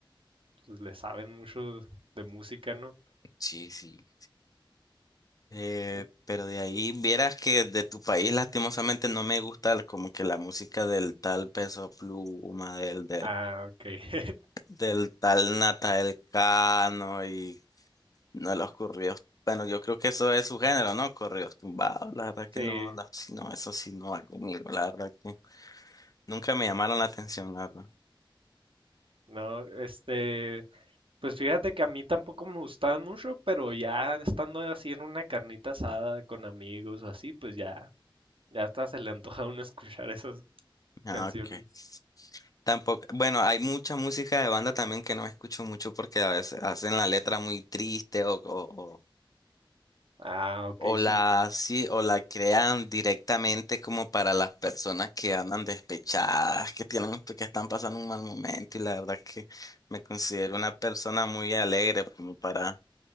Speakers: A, on the right; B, on the left.
A: pues, le saben mucho de música, ¿no?
B: Sí, sí. Eh,
A: Eh,
B: pero de ahí vieras que de tu país lastimosamente no me gusta el- como que la música del tal Peso Pluma, del, del,
A: Ah, ok. <laughs>
B: del tal Natal Cano y no los corridos. Bueno, yo creo que eso es su género, ¿no? Corridos tumbados, la verdad que
A: Sí,
B: no, la, si no, eso sí no va conmigo, la verdad que nunca me llamaron la atención, la verdad.
A: no, este, pues fíjate que a mí tampoco me gustaban mucho, pero ya estando así en una carnita asada con amigos o así, pues ya Ya hasta se le antoja a uno escuchar esas
B: Ah,
A: canciones.
B: ok. Tampoco, bueno, hay mucha música de banda también que no escucho mucho porque a veces hacen la letra muy triste o, o,
A: Ah, ok,
B: O la,
A: sí.
B: sí, o la crean directamente como para las personas que andan despechadas, que tienen, que están pasando un mal momento. Y la verdad que me considero una persona muy alegre como para